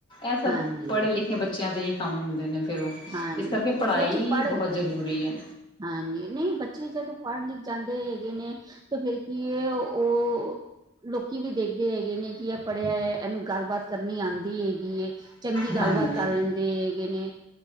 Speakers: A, on the left; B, on the right.
A: ਇਹ ਸਭ
B: ਹਾਂਜੀ
A: ਪੜ੍ਹੇ -ਲਿਖੇ ਬੱਚਿਆਂ ਦੇਤੇ ਹੀ ਕੰਮ ਹੁੰਦੇ ਨੇ ਫਿਰ ਉਹ
B: ਹਾਂਜੀ
A: ਇਸ ਕਰਕੇ ਪੜ੍ਹਾਈ
B: ਬੱਚੇ ਪੜ੍ਹ
A: ਬਹੁਤ ਜ਼ਰੂਰੀ ਹੈ।
B: ਹਾਂਜੀ। ਨਹੀਂ ਬੱਚੇ ਜਦੋਂ ਪੜ੍ਹ- ਲਿਖ ਜਾਂਦੇ ਹੈਗੇ ਨੇ ਤੇ ਫਿਰ ਕੀ ਉਹ ਲੋਕੀ ਵੀ ਦੇਖਦੇ ਹੈਗੇ ਨੇ ਕਿ ਇਹ ਪੜ੍ਹਿਆ ਹੈ ਇਹਨੂੰ ਗੱਲਬਾਤ ਕਰਨੀ ਆਉਂਦੀ ਹੈਗੀ। ਚੰਗੀ ਗੱਲਬਾਤ
A: ਹਾਂਜੀ
B: ਕਰ ਲੈਂਦੇ ਹੈਗੇ ਨੇ।